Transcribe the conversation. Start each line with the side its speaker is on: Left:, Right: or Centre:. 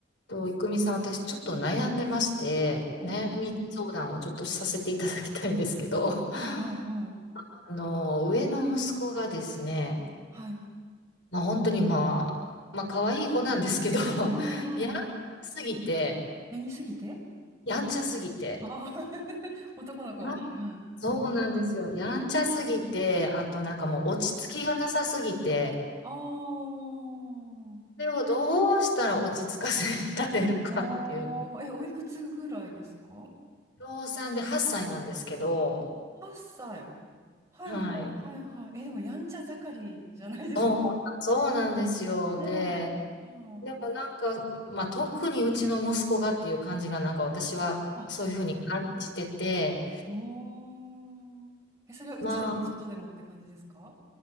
Left: と、いくみさん、私ちょっと悩んでまして、
Right: お
Left: 悩み相談をちょっとさせていただきたいんですけど、
Right: はいはいはい。
Left: <laughs> あの、上の息子がですね、
Right: はい。
Left: まあ、本当にまあ、まあ、可愛い子なんですけど、
Right: うんうんうん。
Left: <laughs> やんちゃすぎて、
Right: 何すぎて
Left: やんちゃすぎて、
Right: あ <laughs> あー、<laughs> 男の子。
Left: や
Right: はいはい。
Left: そうなんですよ。やんちゃすぎて、あとなんかもう落ち着きがなさすぎて、
Right: あー
Left: それをどうしたら落ち着かせられるかっていう、
Right: あー、え、おいくつぐらいですか
Left: 老産で8歳なんですけど、
Right: ?8 歳。はいはいはいはい。
Left: はい。
Right: え、でもやんちゃ盛りじゃないですか。
Left: そうそうなんですよ。
Right: ねえ。
Left: で、
Right: は
Left: でもなんか、まあ、特にうちの息子がっていう感じが、なんか私はそういうふうに感じてて、
Right: あ、あ、そう。おー。え、それはうちでちょっとでもって感じですか
Left: まあ、